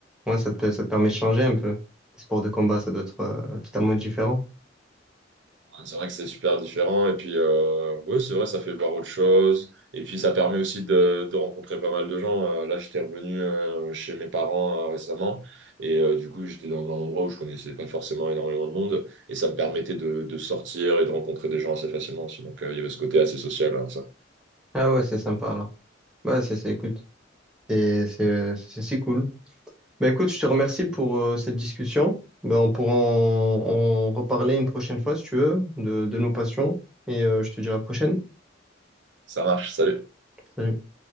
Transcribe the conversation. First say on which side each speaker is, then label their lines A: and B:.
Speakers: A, in the centre; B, on the right.
A: Ouais, ça te, ça te permet de changer un peu. Les sports de combat, ça doit être euh, totalement différent.
B: Ouais, C'est vrai que c'est super différent. Et puis, euh, ouais, c'est vrai, ça fait voir autre chose. Et puis, ça permet aussi de, de rencontrer pas mal de gens. Euh, là, j'étais revenu euh, chez mes parents euh, récemment. Et euh, du coup, j'étais dans un endroit où je connaissais pas forcément énormément de monde. Et ça me permettait de, de sortir et de rencontrer des gens assez facilement aussi. Donc, euh, il y avait ce côté assez social. hein, ça.
A: Ah ouais, c'est sympa alors. Bah, c'est, c'est, écoute, c'est, c'est, c'est c'est cool. Bah, écoute, je te remercie pour euh, cette discussion. Bah, on pourra en, en reparler une prochaine fois si tu veux de, de nos passions. Et euh, je te dis à la prochaine.
B: Ça marche. Salut.
A: Salut.